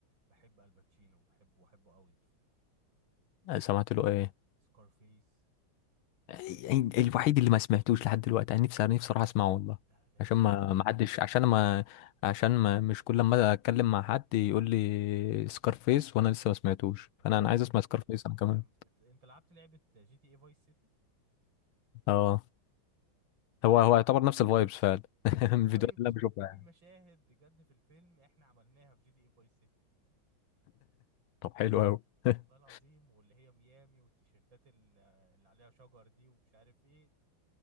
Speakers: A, on the right; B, on the left.
A: بحب الباتشينو بحبه بحبه قوي
B: سمعت له ايه
A: سكارفيس و
B: يعني الوحيد اللي ما سمعتوش لحد دلوقتي انا نفسي انا نفسي اروح اسمعه والله
A: لا لازم
B: عشان ما
A: لازم
B: ما حدش عشان ما عشان ما مش كل ما اتكلم مع حد يقول لي سكارفيس وانا لسه ما سمعتوش
A: والله
B: فانا انا عايز
A: جامد
B: اسمع سكارفيس انا كمان
A: جامد إت- انت لعبت لعبة جي تي اي فايس سيتي
B: اه هو هو يعتبر نفس الفايبس فعلا
A: نفس
B: <laughs>
A: الفايبس
B: من الفيديوهات اللي انا
A: وفي
B: بشوفها يعني
A: مشاهد بجد في الفيلم احنا عملناها في جي تي اي فايس سيتي
B: طب حلو قوي <laughs>
A: والله العظيم واللي هي ميامي والتيشيرتات ال- اللي عليها شجر دي ومش عارف ايه